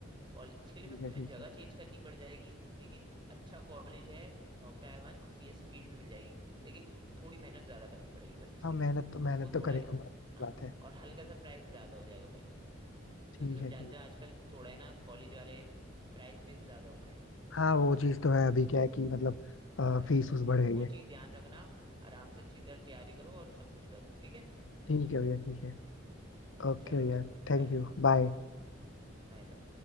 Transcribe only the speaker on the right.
कॉलेज के लिए
बस तुम्हें
जगह
चेंज करनी पड़ जाएगी लेकिन अच्छा कॉलेज है टॉप टायर वन और सीएस फील्ड भी मिल जाएगी लेकिन थोड़ी मेहनत ज्यादा करनी पड़ेगी बस इसके
लिए
वो
थोड़ा
हाँ
और हल्का सा प्राइस ज्यादा हो जाएगा भाई
क्योंकि तुम
जानते
हो आजकल थोड़ा है ना कॉलेज वाले प्राइस भी ज्यादा हो गए हैं
बस
बस
वो
चीज ध्यान रखना आराम से अच्छी तरह तैयारी करो और सब कुछ करो ठीक है
चलो
भाई
Bye
bye bye